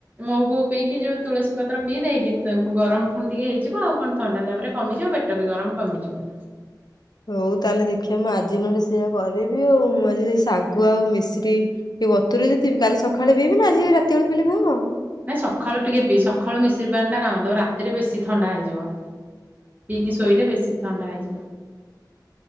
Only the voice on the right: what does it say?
ମହୁ ଫହୁ ପିଇକି ଯୋଉ ତୁଳସୀ ପତ୍ର ପିଇ ଦେଇକି ଗରମ ଫୁଣି ଟିକେ ହେଇଯିବ ଆଉ କଣ ଥଣ୍ଡା ତାପରେ କମିଯିବ ପେଟ ପେଟ ବି ଗରମ କମିଯିବ।
ନାଇଁ ସକାଳୁ ଟିକେ ପି ସକାଳୁ ମିଶିରି ପାଣି ଟା କାମ ଦବ ରାତିରେ ବେଶୀ ଥଣ୍ଡା ହେଇଯିବ। ପିଇକି
ଶୋଇଲେ
ବେଶୀ ଥଣ୍ଡା ହେଇଯିବ।